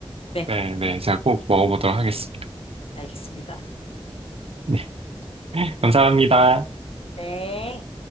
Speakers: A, on the left (about 75°); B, on the right (about 75°).
A: 네,
B: 네, 네. 제가 꼭 먹어보도록 하겠습니다.
A: 알겠습니다.
B: 네. <laughs> 감사합니다.
A: 네.